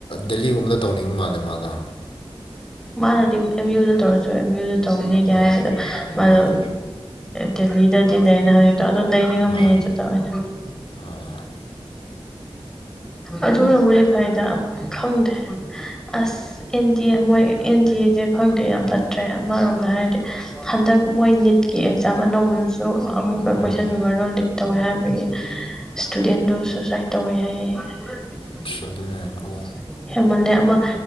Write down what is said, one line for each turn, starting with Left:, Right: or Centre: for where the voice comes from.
Left: ꯗꯦꯜꯂꯤꯒꯨꯝꯕꯗ ꯇꯧꯅꯤꯡꯕ ꯃꯥꯜꯂꯦ ꯃꯥꯗꯣ
Centre: ꯃꯥꯅꯗꯤ ꯑꯦꯝ ꯌꯨꯗ ꯇꯧꯔꯁꯨ ꯑꯦꯝ ꯌꯨꯗ ꯇꯧꯔꯅꯤꯗꯤ
Left: ꯑꯥ
Centre: ꯍꯥꯏꯔ ꯑꯗꯣ ꯃꯥꯗꯣ
Left: ꯑꯥ
Centre: ꯗꯦꯜꯂꯤꯗꯗꯤ ꯂꯩꯅ ꯍꯧꯖꯤꯛꯇꯣ ꯑꯗꯨ ꯂꯩꯅꯤ ꯉꯝꯅꯤ
Left: ꯑꯥ
Centre: ꯑꯗꯨ ꯇꯑꯣꯏ ꯑꯣꯏꯅ
Left: ꯑꯥ
Centre: ꯑꯗꯨꯅꯕꯨꯗꯤꯐꯥꯏꯗ ꯈꯪꯗꯦ ꯑꯁ ꯑꯦꯟ ꯗꯤ ꯑꯦ ꯃꯣꯏ ꯑꯦꯟ ꯗꯤ ꯑꯦꯁꯦ ꯈꯪꯗꯦ ꯌꯥꯝ ꯐꯠꯇ꯭ꯔꯦ ꯑꯃꯔꯣꯝꯗ ꯍꯥꯏꯔꯗꯤ ꯍꯟꯗꯛ ꯃꯣꯏ ꯅꯤꯠꯀꯤ ꯑꯦꯛꯖꯥꯝ ꯑꯅꯧꯕꯗꯨꯁꯨ ꯑꯃꯨꯛꯀ ꯀꯣꯏꯁꯟ
Left: ꯎꯝ
Centre: ꯄꯦꯄꯔꯗꯣ ꯂꯤꯞ ꯇꯧꯋꯦ ꯍꯥꯏꯕꯒꯤ ꯏꯁꯇꯨꯗꯦꯟꯗꯣ ꯁꯨꯁꯥꯏꯠ ꯇꯧꯋꯦ ꯍꯥꯏꯌꯦ <unintelligible>
Left: ꯑꯁ ꯑꯗꯨꯅꯦ ꯑꯔꯣ
Centre: ꯍꯦꯃꯟꯂꯦ ꯑꯃ